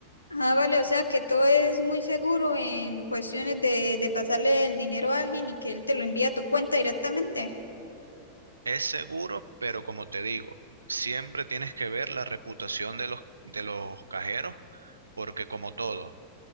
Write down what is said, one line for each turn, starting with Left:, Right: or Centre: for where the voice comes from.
Left: Ah, vale, o sea que todo es muy seguro en cuestiones de, de pasarle el dinero a alguien y que él te lo envía a tu cuenta directamente.
Right: Es seguro, pero como te digo, siempre tienes que ver la reputación de los, de los cajeros, porque como todo,